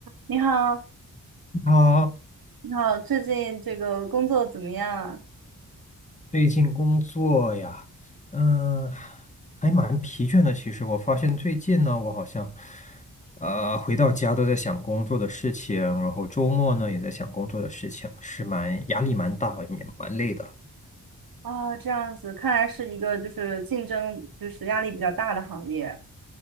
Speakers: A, on the right; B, on the left.
A: 你好，
B: 啊，
A: 你好，最近这个工作怎么样啊？
B: 最近工作呀，嗯，还蛮疲倦的。其实我发现最近呢，我好像，呃，回到家都在想工作的事情，然后周末呢也在想工作的事情，是蛮压力蛮大，也蛮累的。
A: 啊，这样子，看来是一个就是竞争就是压力比较大的行业。